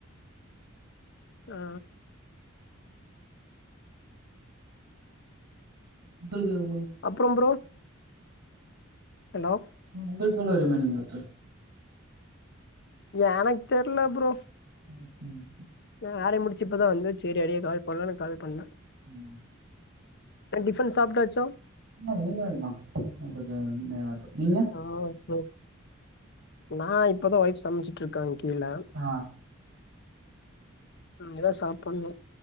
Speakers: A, on the left; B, on the right.
A: ஆ
B: களுது எவ்லோ
A: அப்புறம் ப்ரோ ஹலோ
B: ஆ உங்கலுகு எவ்லோ ரிமைனிங் இருக்கு
A: எனக் தெர்ல பரோ
B: ஓகே ஓகே
A: நான் ஆயார முடிச்சுப்பதான் வந்து சரி அடியே கால் பண்ணலாம் நான் கால் பண்ணேன்
B: உம்
A: புரோ டிஃபன் சாப்ட்டாச்சா
B: ஆ இனிமெல்தா கொஞ்சோ நேரோ ஆட்டு நீங்க
A: ஆ ஆ நான் இப்பதான் ஒய்ஃப் சமைச்சட்டுருக்காங் கீழே
B: ஆ
A: இனிமே தான் சாப்டனு